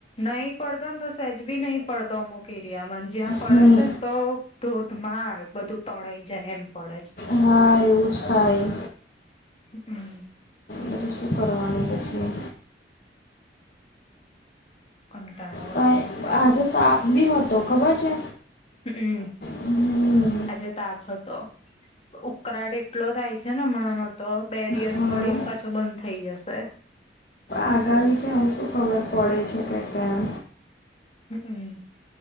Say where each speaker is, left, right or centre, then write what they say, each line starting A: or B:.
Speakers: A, on the left; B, on the left.
A: નહીં પડતો ને તો સેજ બી નહી પડતો અમુક એરિયામાંને જ્યાં પડે
B: હમ
A: છે ને તો. ધોધમાર બધું તણાઈ જાય એમ. પડે છે
B: હા એવું જ કાય.
A: હમ.
B: બ તો શું કરવાનું બછું.
A: કંટાળો
B: પણ
A: આવે બા્પા.
B: આજે તાપ બી હો તો ખબર છે?
A: હમ,
B: હમ
A: આજે તાપ હતો. ઉકળાટ એટલો થાય છે ને હમણાંનો તો બે દિવસ
B: હા
A: પડીને પાછો બંધ થઈ જશે.
B: આગાહી છે હું શું ખબર પડે છે કે કેમ.
A: હમમ.